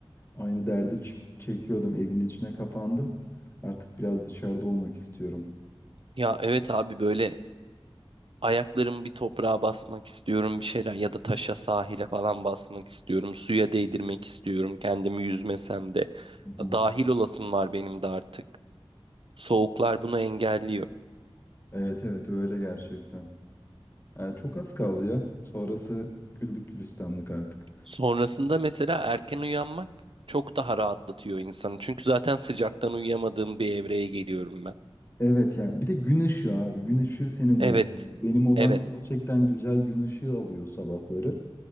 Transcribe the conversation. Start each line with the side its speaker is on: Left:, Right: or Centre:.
Left: aynı derdi ç- çekiyordum. Evin içine kapandım. Artık biraz dışarıda olmak istiyorum.
Right: Ya evet abi böyle Ayaklarımı bir toprağa basmak istiyorum bir şeyler ya da taşa sahile falan basmak istiyorum. Suya değdirmek istiyorum kendimi yüzmesem de.
Left: Hı hı.
Right: Dahil olasım var benim de artık. Soğuklar bunu engelliyor.
Left: Evet evet öyle gerçekten. Yani çok az kaldı ya. Sonrası güldük gülistanlık artık.
Right: Sonrasında mesela erken uyanmak çok daha rahatlatıyor insanı. Çünkü zaten sıcaktan uyuyamadığım bir evreye geliyorum ben.
Left: Evet ya. Bir de gün ışığı abi. Gün ışığı seni uyandırıyor.
Right: Evet,
Left: Benim odam
Right: evet.
Left: gerçekten güzel gün ışığı alıyor sabahları.